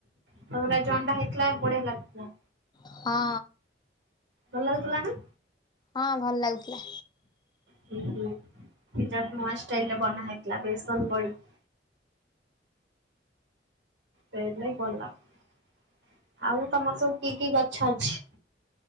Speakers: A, on the right; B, on the left.
A: ତମର ଆଜି ଅଣ୍ଡା ହେଇଥିଲା ବଢିଆ ଲାଗୁଥିବ।
B: ହଁ।
A: ଭଲ ଲାଗୁଥିଲା ନା?
B: ହଁ ଭଲ ଲାଗୁଥିଲା।
A: ହୁଁ ହୁଁ ସେଟା ନୂଆ ଷ୍ଟାଇଲରେ ବନା ହେଇଥିଲା ବେସନ ପଡ଼ିକି। ସେଇଥିପାଇଁ ଭଲ ଲାଗୁଥିଲା। ଆଉ ତମର ସବୁ କି କି ଗଛ ଅଛି?